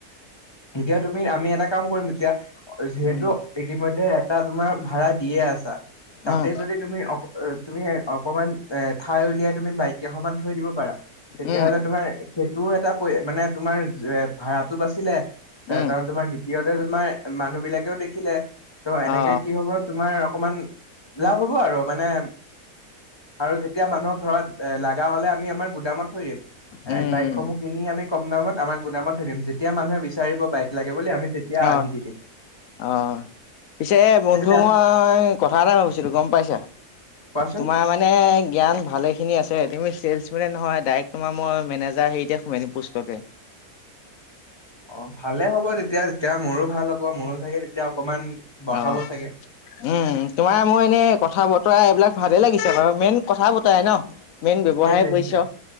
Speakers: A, on the left; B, on the left.
A: এতিয়া তুমি আমি এটা কাম কৰিম তেতিয়া যিহেতু
B: উম
A: ইতিমধ্যে এটা তোমাৰ ভাড়া দিয়ে আছা তাতে
B: উম
A: যদি তুমি অক এ তুমি অকমান এ ঠাই উলিয়াই তুমি বাইক কেইখনমান থৈ দিব পাৰা তেতিয়াহলে
B: উম
A: তোমাৰ। সেইটোও এটা পৰে মানে তোমাৰ এ ভাড়াটো বাচিলে তা
B: উম
A: তা তোমাৰ দ্বিতীয়তে তোমাৰ মানুহ বিলাকেও দেখিলে ত' এনেকে
B: অ
A: কি হব তোমাৰ অকমান লাভ হ'ব আৰু মানে আৰু যেতিয়া মানুহক ধৰা লাগা হলে আমি আমাৰ গুদামত থৈ দিম
B: উম
A: এ বাইকসমহ কিনি আনি কম দামত আমাৰ গুদামত থৈ দিম যেতিয়া মানুহে বিচাৰিব বাইক লাগে বুলি আমি তেতিয়া
B: অ
A: আনি দি দিম।
B: অ। পিছে এ বন্ধু
A: সেইটো বেয়া
B: মই কথা এটা ভাবিছিলো গম পাইছা
A: কোৱাচোন
B: তোমাৰ মানে এনে জ্ঞান ভালে খিনি আছে। তুমি চেলছমেনে নহয়, ডাইৰেক্ট তোমাৰ মই মেনেজাৰ হেৰিতে সোমাই দিম, পোষ্টতে।
A: অ', ভালে হ'ব তেতিয়া। যেতিয়া মোৰো ভাল হ'ব। মোৰো চাগে তেতিয়া অকমান বঢ়াব
B: অ'।
A: চাগে
B: উম, তোমাৰ মোৰ এনেই কথা-বতৰা এইবিলাক ভালে লাগিছে বাৰু, মেইন কথা বতৰাই ন। মেইন ব্যৱহাৰেই
A: সেইটোৱে
B: পৰিচয়।
A: সেইটোৱে